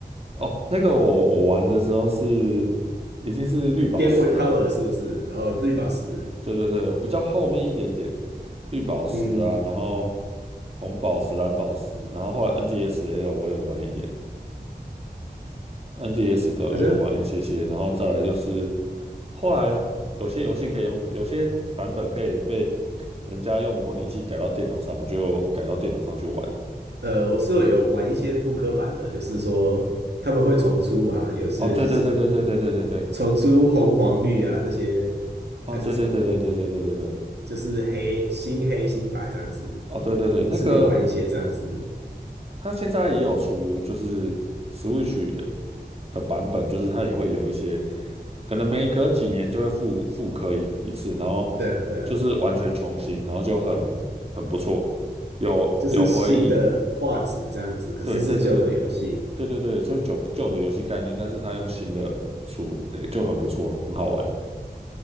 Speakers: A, on the right; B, on the right.
A: 哦，那个我我玩的时候是已经是绿宝石了。
B: <laughs>，Game Boy Color 是不是？哦，绿宝石。
A: 对对对，比较后面一点点，绿宝石啊，
B: 嗯，
A: 然后红宝石、蓝宝石，然后后来 NDSL 我有玩一点，NDS 的我有玩一些些，
B: 好像
A: 然后再来就是后来有些游戏可以用，有些版本可以被人家用模拟器改到电脑上，我就改到电脑上去玩。
B: 呃，我室友有玩一些复刻版的，就是说他们会重出嘛，有些就是
A: 哦，对对对对对对对对对，
B: 重出红黄绿啊那些，
A: 哦，
B: 还是什么，
A: 对对对对对对对对对，
B: 就是黑新黑新白这样子，
A: 哦，对对对，那个。
B: 是有玩一些这样子。
A: 它现在也有出，就是 Switch 的版本，就是它也会有一些，可能每隔几年就会复复刻一一次，然后
B: 对啊，对啊，
A: 就是完全重新，然后就很很不错，有有回忆，
B: 就是新的画质这样子，可是是旧的游戏。
A: 对对对对对对对，就是旧旧的游戏概念，但是它用新的出，诶就很不错，很好玩。